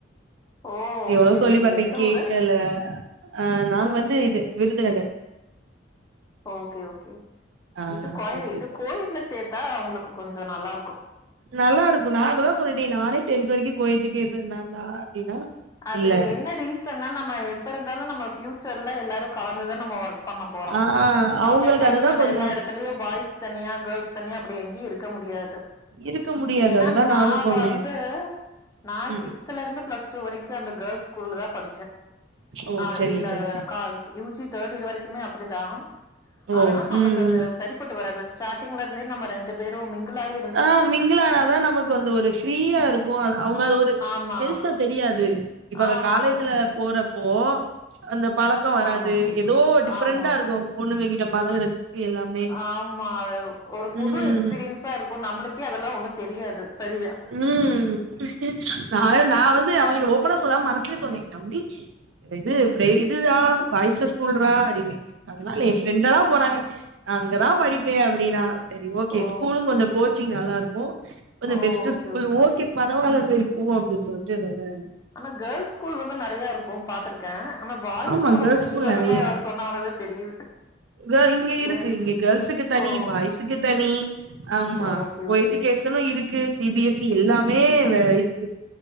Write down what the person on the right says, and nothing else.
எவ்ளோ சொல்லி
பாத்தே
கேக்கல
ஆ நாங்க வந்து இது விருதுநகர்
ஆ
ஓகே
தோழி
நல்லா இருக்கு நா அததா சொல்லிட்டே நானே டென்த் வரைக்கு கோஎஜுகேஷன்தாண்டா அப்டின்னா
இல்ல
ஆ ஆ அவங்களுக்கு
அதுதா
கொஞ்சோ
இருக்க முடியாது
அததா
நானு சொன்னே
ம்
ஓ
சரிங்க
சரிங்க
ஓ
ம்
ம்
ஆ மிங்கிளானாதா நமக்கு வந்து ஒரு ஃப்ரீயா இருக்கு அது அவங்க அது ஒரு
பெருசா தெரியாது இப்ப அவ
காலேஜ்ல போறப்போ அந்த பழக்கோ வராது
எதோ டிஃப்ரெண்டா
இருக்கு பொண்ணுககிட்ட பழகுறதுக்கு எல்லாமே
ம்
ம் நா அதா நா வந்து அவங்கிட்ட ஓ ப்பனா சொல்லாம மனசுலயே சொன்னே தம்பி அ இது ப்ரே இதுடா பாய்ஸஸ் ஸ்கூல்றா அப்டின்னு எனக்கு அதல்லா இல்ல என் ஃப்ரெண்டெல்லா போறாங்க அங்கதா படிப்பே அப்பிடின்னா செரி ஓகே
ஸ்கூலுங் கொஞ்சொ கோச்சிங் நல்லா இருக்கு கொஞ்ச
பெஸ்ட்டு
ஸ்கூல் ஓகே பரவால்ல சரி போ அப்டின்னு சொல்ட்டு அதோட நி
ஆமா கேர்ள்ஸ்
ஸ்கூல்
நெறையா
க இங்க இருக்கு
இங்க கேர்ள்ஸுக்கு தனி
பாய்ஸுக்கு தனி ஆமா
கோ
யெஜுகேஷ் மொத்தமா இருக்கு சி பி எஸ் சி எல்லாமே வேற இருக்கு